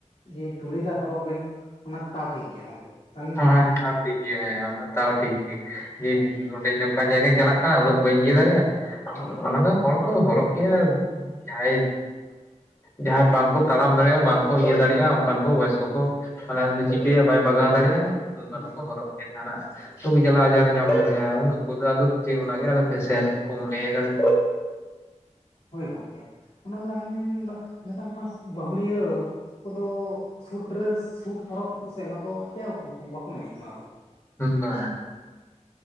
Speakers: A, on the left (about 55°); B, on the left (about 20°).
A: ᱡᱮ ᱪᱩᱲᱤᱫᱟᱨ ᱦᱚᱨᱚᱜ ᱵᱮᱱ ᱚᱱᱟ ᱫᱚ ᱛᱟᱣ ᱴᱷᱤᱠ ᱜᱮᱭᱟ ᱜᱚᱝᱠᱮ᱾ ᱛᱟᱣᱞᱤᱧ
B: ᱦᱮᱸ
A: ᱢᱟᱱᱟᱣᱟ
B: ᱛᱟᱣ ᱴᱷᱤᱠ ᱜᱮᱭᱟ ᱦᱮᱸ ᱛᱟᱣ ᱴᱷᱤᱠ ᱜᱮᱭᱟ ᱡᱮ ᱱᱚᱸᱰᱮ ᱡᱮᱱ᱾ ᱯᱟᱡᱟ ᱠᱤᱱ ᱪᱟᱞᱟᱜ ᱠᱟᱱᱟ ᱩᱱᱟᱹᱜ ᱵᱟᱹᱧ ᱤᱭᱟᱹ ᱫᱟᱲᱮᱭᱟᱜᱼᱟ
A: ᱦᱳᱭ
B: ᱚᱱᱟ ᱫᱚ ᱦᱚᱲ ᱠᱚ ᱦᱚᱨᱚᱜ ᱠᱮᱭᱟ ᱡᱟᱦᱟᱸᱭ ᱡᱟᱦᱟᱸᱭ
A: ᱦᱳᱭ
B: ᱵᱟᱝᱠᱚ᱾ ᱛᱟᱲᱟᱢ ᱫᱟᱲᱮᱭᱟᱜᱼᱟ ᱵᱟᱝᱠᱚ ᱤᱭᱟᱹ ᱫᱟᱲᱮᱭᱟᱜᱼᱟ ᱚᱱᱠᱟᱱ ᱠᱚ ᱵᱚᱭᱮᱥ ᱠᱚᱠᱚ ᱢᱟᱱᱮ ᱪᱤᱠᱟᱹᱭᱟᱭ ᱵᱟᱭ ᱵᱟᱜᱟᱣ ᱫᱟᱲᱮᱭᱟᱜᱼᱟ ᱚᱱᱠᱟᱱ
A: ᱦᱮᱸ
B: ᱠᱚ ᱦᱚᱨᱚᱜ ᱠᱮᱛᱟᱱᱟᱜ᱾ ᱨᱩᱜᱤ ᱡᱟᱞᱟ ᱟᱡᱟᱨ ᱮ ᱧᱟᱢ ᱟᱠᱟᱫᱮᱭᱟ ᱱᱩᱠᱩ ᱫᱚᱟᱫᱚ ᱪᱮᱫ ᱚᱱᱟᱜᱮ ᱟᱫᱚ ᱯᱷᱮᱥᱮᱱ ᱠᱚ ᱢᱚᱱᱮᱭ ᱟᱠᱟᱫᱟ
A: ᱦᱳᱭ ᱜᱚᱝᱠᱮ ᱚᱱᱟ ᱫᱚ ᱮᱢᱚᱱᱢᱟ ᱱᱮᱛᱟᱨ ᱢᱟ ᱵᱟᱹᱦᱩᱲᱤᱭᱟᱹ ᱠᱚᱫᱚ ᱥᱩᱴ ᱰᱨᱮᱥ ᱥᱩᱴ ᱦᱚᱨᱚᱜ ᱫᱚ ᱥᱮ ᱚᱱᱟ ᱫᱚ ᱪᱮᱫ ᱦᱚᱸ ᱵᱟᱠᱚ ᱢᱚᱱᱮᱭᱮᱫ ᱠᱟᱱᱟ ᱚᱱᱟ ᱫᱚ᱾
B: ᱦᱮᱸᱫᱮ